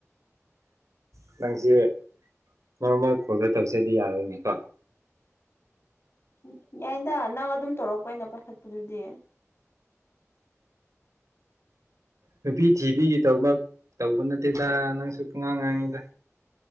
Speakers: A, on the right (about 75°); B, on the left (about 50°).
A: ꯎ ꯅꯪꯁꯦ ꯃꯔꯣꯔꯃ ꯀꯣꯜꯗ ꯇꯧꯁꯦꯗꯤ ꯌꯥꯔꯣꯏꯅꯤꯀꯣ
B: ꯎꯝ ꯌꯥꯏꯅ ꯅꯪ ꯑꯗꯨꯝ ꯇꯧꯔꯛꯄ ꯑꯩꯅ ꯄꯥꯏꯈꯠꯄꯗꯨꯗꯤ
A: ꯅꯨꯄꯤ ꯊꯤꯕꯤꯒꯤꯗꯃꯛ ꯇꯧꯕ ꯅꯠꯇꯦꯗ ꯅꯪꯁꯨ ꯄꯨꯡꯉꯥꯡ ꯉꯥꯡꯉꯤꯗ